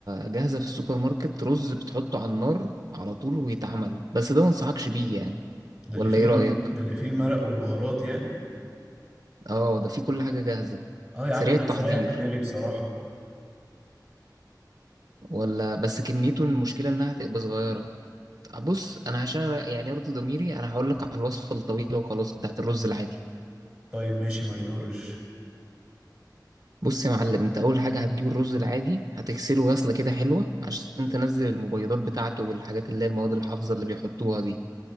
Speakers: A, on the right; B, in the centre.
A: جاهزة في السوبر ماركت رز بتحطه على النار على طول ويتعمل بس ده ما انصحكش بيه يعني
B: ده
A: ولا
B: اللي فيه
A: ايه
B: ال-
A: رأيك
B: ده اللي فيه المرق والبهارات يعني
A: اه ده فيه كل حاجة جاهزة
B: اه يا
A: سريع
B: عم انا
A: التحضير
B: عايز اريح دماغي بصراحة
A: ولا بس كميته المشكلة انها هتبقى صغيرة بص انا عشان يعني ارضي ضميري انا هقول لك على الوصفة الطويلة وخلاص بتاعت الرز العادي
B: طيب ماشي ما يضرش
A: بص يا معلم انت اول حاجه هتجيب الرز العادي هتغسله غسله كده حلوه عشان تنزل المبيضات بتاعته والحاجات اللي هي المواد الحافظه اللي بيحطوها دي